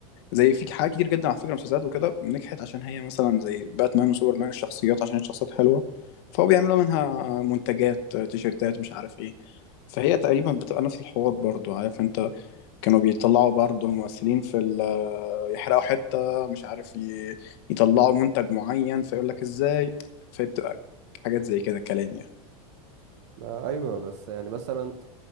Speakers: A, on the left (about 45°); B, on the right (about 50°).
A: زي في حاجات كتير جدا على فكره مسلسلات وكده نجحت عشان هي مثلا زي باتمان وسوبرمان الشخصيات عشان الشخصيات حلوه فهو بيعملوا منها منتجات آه، تيشيرتات مش عارف ايه فهي تقريبا بتبقى نفس الحوار برضو عارف انت كانوا بيطلعوا برضه الممثلين في ال- يحرقوا حتة مش عارف ي- يطلعوا منتج معين فيقول لك ازاي فبتبقى حاجات زي كده كلام يعني
B: ما ايوه بس يعني مثلا